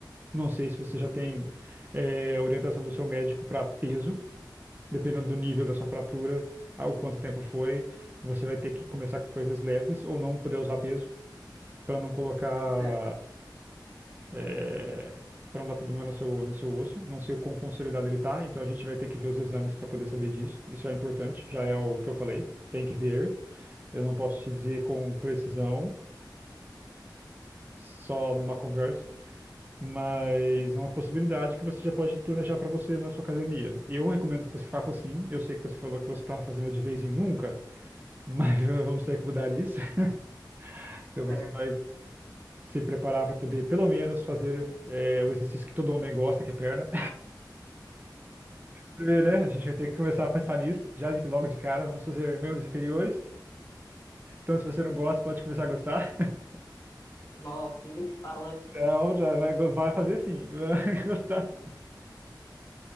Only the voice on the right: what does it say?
não sei se você já tem, eh, orientação do seu médico para peso, dependendo do nível da sua fratura, ao quanto tempo foi, você vai ter que começar com coisas leves ou não poder usar peso. Para não colocar
é, para não dar problema no seu, no seu osso. Não sei o quão consolidado ele está, então a gente vai ter que ver os exames para poder saber disso. Isso é importante, já é o que eu falei, tem que ver. Eu não posso te dizer com precisão, só numa conversa, mas é uma possibilidade que você já pode planejar para você na sua academia. E eu recomendo que você faça assim. Eu sei que você falou que você estava fazendo de vez em nunca, mas <laughs> vamos ter que mudar isso. <laughs> Então você
vai se preparar para poder, pelo menos, fazer eh, o exercício que todo homem gosta, que é perna. Primeiro, né? A gente vai ter que começar a pensar nisso, já de, logo de cara. Vamos fazer membros inferiores. Então, se você não gosta, pode começar a gostar. <laughs>
Então, tá, vai, vai fazer sim. <laughs> Vai gostar.